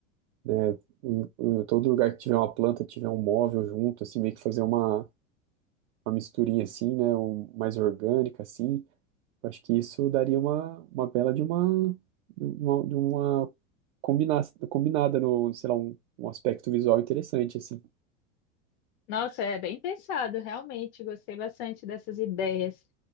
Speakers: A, on the right; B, on the left.
A: né, em, em todo lugar que tiver uma planta, tiver um móvel junto, assim, meio que fazer uma uma misturinha assim, né, um, mais orgânica assim, eu acho que isso daria uma, uma bela de uma, de uma, de uma combina, combinada no, sei lá, um, um aspecto visual interessante assim.
B: Nossa, é bem pensado, realmente. Gostei bastante dessas ideias.